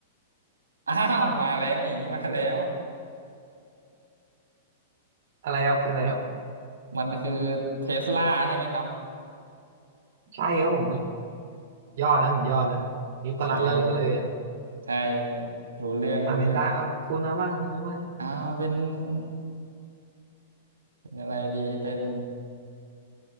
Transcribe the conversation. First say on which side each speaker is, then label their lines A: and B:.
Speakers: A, on the right (about 80°); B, on the right (about 60°).
A: อ้าวมาแล้วอย่างนี้มาแล้ว
B: อะไรครับคืออะไรครับ
A: มันคือเทสลาใช่ไหมครับ
B: ใช่ครับผมยอดนะสุดยอดนะนิโคลัสแล้วรู้เลยอ่ะ
A: โอเคครับผมใช่รู้เรื่องรู้เรื่อง
B: อันไหนตาเอาคุณนะบ้างคุณนะบ้าง
A: เอาเป็นอืมเป็นอะไรดีเป็น